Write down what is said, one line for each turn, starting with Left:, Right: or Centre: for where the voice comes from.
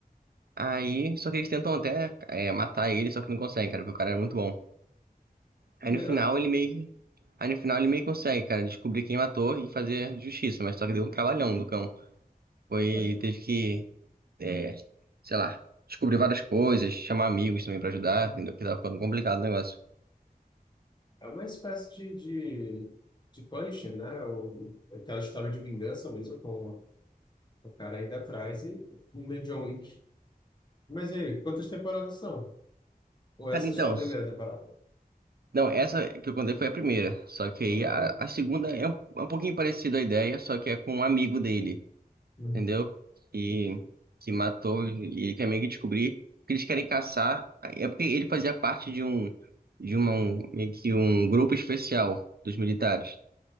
Right: Aí, só que eles tentam até é, matar ele, só que não conseguem, cara, porque o cara é muito bom. Aí
Left: É,
Right: no final ele meio que. Aí no final ele meio que consegue, cara, descobrir quem matou e fazer justiça, mas só que deu um trabalhão do cão. Foi,
Left: poxa,
Right: teve que, é, sei lá, descobrir várias coisas, chamar amigos também pra ajudar, entendeu? Porque tava ficando complicado o negócio.
Left: é uma espécie de, de, de Punisher, né? O, aquela história de vingança mesmo, com o cara ainda atrás e o meio John Wick. Mas e aí, quantas temporadas são? Ou essa
Right: Cara, então,
Left: é só a primeira temporada?
Right: não, essa que eu contei foi a primeira, só que aí
Left: Ah.
Right: a, a segunda é um, é um pouquinho parecida a ideia, só que é com um amigo dele.
Left: Uhum.
Right: entendeu? Que, que matou e ele quer meio que descobrir que eles querem caçar. É porque ele fazia parte de um de uma, um, meio que um grupo especial dos militares.